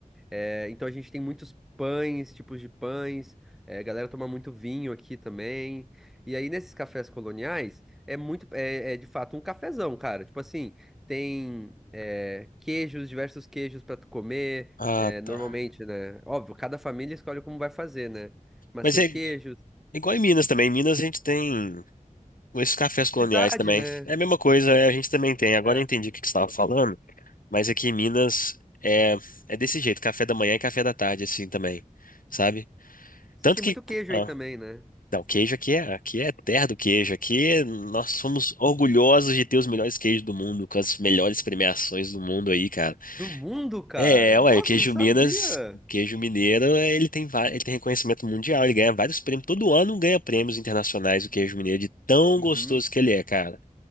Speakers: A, in the centre; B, on the left.
A: É, então a gente tem muitos pães, tipos de pães. é, a galera toma muito vinho aqui também. E aí nesses cafés coloniais é muito, é, é de fato um cafezão, cara. Tipo assim, tem é, queijos, diversos queijos pra tu comer.
B: Ah,
A: é, normalmente,
B: tá.
A: né? Óbvio, cada família escolhe como vai fazer, né? Mas
B: Mas
A: tem
B: é
A: queijos.
B: igual em Minas também. Em Minas a gente tem esses cafés coloniais
A: Verdade,
B: também.
A: né?
B: É a mesma coisa, é, a gente também tem. Agora
A: É.
B: eu entendi o que que você estava falando, mas aqui em Minas é, é desse jeito, café da manhã e café da tarde, assim também, sabe?
A: Vocês
B: Tanto
A: têm
B: que.
A: muito queijo
B: ah,
A: aí também, né?
B: Não, queijo aqui é, aqui é terra do queijo. Aqui nós somos orgulhosos de ter os melhores queijos do mundo, com as melhores premiações do mundo aí, cara.
A: Do mundo, cara.
B: É, ué,
A: Nossa,
B: o queijo
A: eu não sabia.
B: Minas, o queijo mineiro, é, ele tem, va- ele tem reconhecimento mundial, ele ganha vários prêmios. Todo ano ganha prêmios internacionais o queijo mineiro, de tão
A: Uhum.
B: gostoso que ele é, cara.